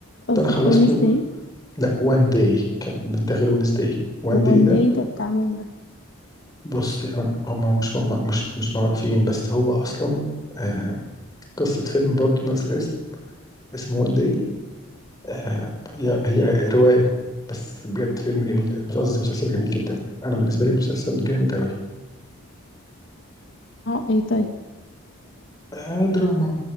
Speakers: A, on the left; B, on the left.
A: قصدك
B: ده انا خلصته
A: وينزداي
B: لا وان داي كان ده غير ونس داي وان
A: وان
B: داي ده
A: داي ده بتاع مين ده
B: بص انا هم مش مش مش معروفين بس هو اصلا آه قصة فيلم برضه نفس الاسم اسمه وان داي آه هي هي رواية بس بجد فيلم جميل مش قصدي مسلسل جميل جدا انا بالنسبة لي مسلسل جامد قوي
A: اه اي طيب
B: آه دراما